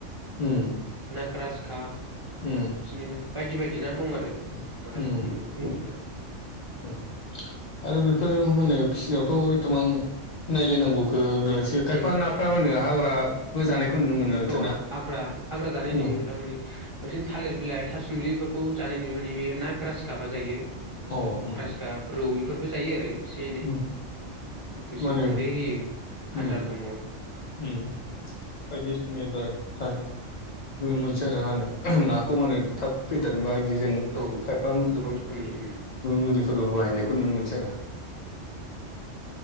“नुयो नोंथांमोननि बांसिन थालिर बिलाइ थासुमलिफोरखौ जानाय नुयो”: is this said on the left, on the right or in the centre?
Right